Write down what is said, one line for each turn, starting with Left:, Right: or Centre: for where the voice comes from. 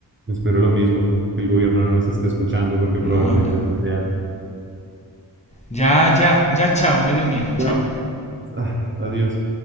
Right: espero lo mismo, que el gobierno no nos esté escuchando porque
Left: No,
Right: probablemente
Left: la-
Right: sea.
Left: ya, ya, ya, chao, me dio miedo, chao.
Right: Ya. Ah, adiós.